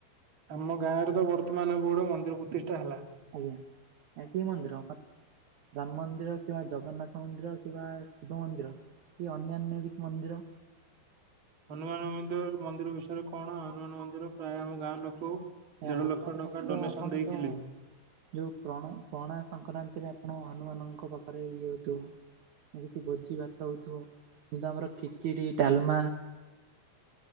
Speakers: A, on the right (about 45°); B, on the right (about 70°).
A: ଆମ ଗାଁରେ ତ ବର୍ତ୍ତମାନ ଗୋଟେ ମନ୍ଦିର ପ୍ରତିଷ୍ଠା ହେଲା।
B: ଆଜ୍ଞା କି ମନ୍ଦିର ରାମ ମନ୍ଦିର କିମ୍ବା ଜଗନ୍ନାଥ ମନ୍ଦିର କିମ୍ବା ଶିବ ମନ୍ଦିର କି ଅନ୍ୟାନ୍ୟ କିଛି ମନ୍ଦିର?
A: ହନୁମାନ ମନ୍ଦିର ମନ୍ଦିର ବିଷୟରେ କଣ ହନୁମାନ ମନ୍ଦିର ପ୍ରାୟ ଆମ ଗାଁ ଲୋକ
B: ଆଜ୍ଞା!
A: ଦେଢ
B: ହନୁମାନ
A: ଲକ୍ଷ ଟଙ୍କା
B: ମନ୍ଦିର
A: ଡୋନେସନ
B: ଆପଣଙ୍କ
A: ଦେଇଥିଲେ
B: ଯୋଉ ପ୍ରଣ ପଣା ସଂକ୍ରାନ୍ତିରେ ଆପଣ ହନୁମାନଙ୍କ ପାଖରେ ଇଏ ହୋଇଥିବ କିଛି ଭୋଜି ଭାତ ହୋଇଥିବ କିନ୍ତୁ ଆମର ଖିଚିଡି, ଡାଲମା